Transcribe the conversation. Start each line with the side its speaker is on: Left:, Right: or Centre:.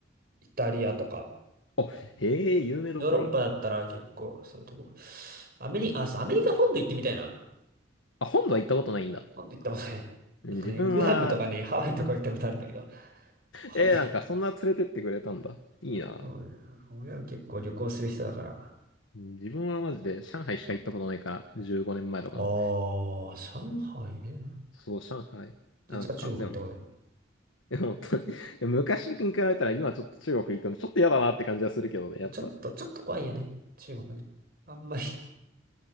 Right: イタリアとか、
Left: あ、へえ、有名どころ。
Right: ヨーロッパだったら結構そういうとこ。アメリカ、あ、そう、アメリカ本土行ってみたいな。
Left: あ、本土は行ったことないんだ。
Right: 本土行ったことない。
Left: 自分は、
Right: <laughs> なんかね、グアムとかね、ハワイとか行ったことあるんだけど、本土に。
Left: えーなんかそんな連れてってくれたんだ。いいな。
Right: そうね親は結構旅行する人だから。あ
Left: 自分はマジで上海しか行ったことないから、15年前とかの。
Right: あ、上海ね。
Left: そう、上海。
Right: 実は中国行ったことある。
Left: なんか、でも、<laughs> 本当に昔に比べたら今ちょっと中国行くのちょっと嫌だなって感じはするけどね、やっぱ。
Right: ちょっと、ちょっと怖いよね。中国ね。あんまり。